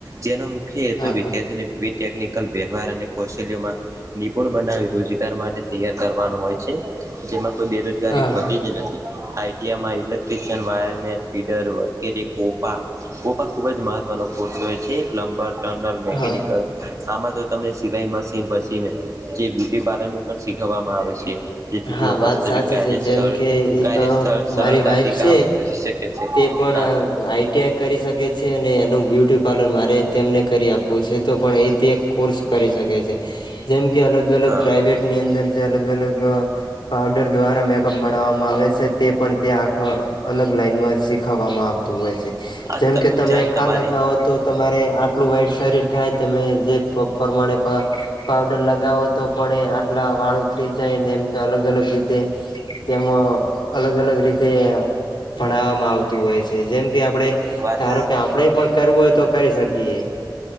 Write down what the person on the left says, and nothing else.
હા હા
હા
હા
હા
હા હા
હા
વાત
સાચી
છે જેમ
કે એક
મારી વાઈફ છે
તે પણ
આઈટીઆઈ કરી શકે છે અને એનું બ્યુટી પાર્લર મારે તેમને કરી આપવું છે છે તો પણ એ તે એક કોર્સ કરી શકે છે જેમ કે અલગ અલગ
પ્રાઇવેટ ની અંદર જે અલગ અલગ પાવડર દ્વારા મેકઅપ બનાવવામાં આવે છે તે પણ તેયા આખા અલગ લાઈનમાં ખાવામાં આવતું હોય છે
જેમકે તમે
આ લગાવો તો તમારે આટલું વાઈટ શરીર થાય તમે જે પ્રમાણે પાવડર લગાવો તો પણ એ આટલા વાળ ઉતરી જાય ને કે અલગ અલગ રીતે તેમમાં અલગ અલગ રીતે ભણવા આવતું હોય છે જેમ કે આપણે
ધારો કે આપણે પણ કરવું હોય તો કરી શકીએ